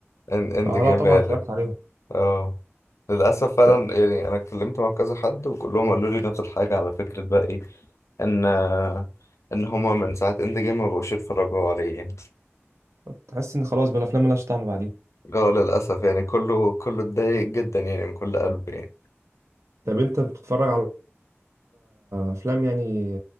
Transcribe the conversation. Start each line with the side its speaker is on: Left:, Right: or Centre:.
Left: إن- اند
Right: اه
Left: جيم
Right: لا طبعا
Left: هي اللي
Right: اتفرجت عليهم
Left: اه للأسف فعلا
Right: ت-
Left: يعني أنا اتكلمت مع كذا حد وكلهم قالوا لي نفس الحاجة على فكرة بقى إيه إن إن هما من ساعة إند جيم ما بقوش يتفرجوا عليه يعني
Right: تحس ان خلاص بقى الافلام ملهاش طعم بعدين
Left: اه للأسف يعني كله كله اتضايق جدا يعني من كل قلب يعني
Right: طب انت بتتفرج على افلام يعني